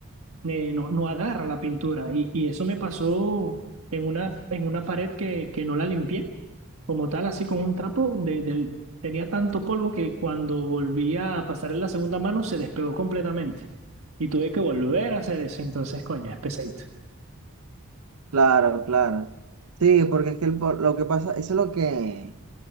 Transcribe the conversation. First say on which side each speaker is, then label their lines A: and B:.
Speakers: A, on the right (about 70°); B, on the right (about 90°).
A: eh, no, no agarra la pintura. Y, y eso me pasó en una, en una pared que, que no la limpié, como tal, así con un trapo, de, del- tenía tanto polvo que cuando volvía a pasar en la segunda mano se despegó completamente. Y tuve que volver a hacer eso, entonces, coño, es pesadito.
B: Claro, claro. Sí, porque es que el po- lo que pasa, eso es lo que,